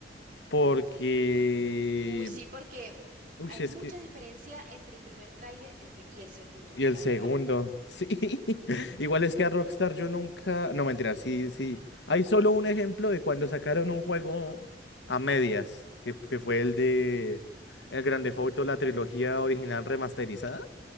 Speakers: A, on the left (about 80°); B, on the right (about 50°).
A: porque...
B: Uy, sí, porque
A: Uy,
B: hay
A: es
B: mucha
A: que...
B: diferencia entre el primer tráiler entre, y el segundo,
A: Y el
B: la
A: segundo,
B: verdad.
A: sí. <laughs> Igual es que a Rockstar yo nunca... No, mentira, sí, sí. Hay solo un ejemplo de cuando sacaron un juego a medias, que, que fue el de... El Grande Theft Auto, la trilogía original remasterizada.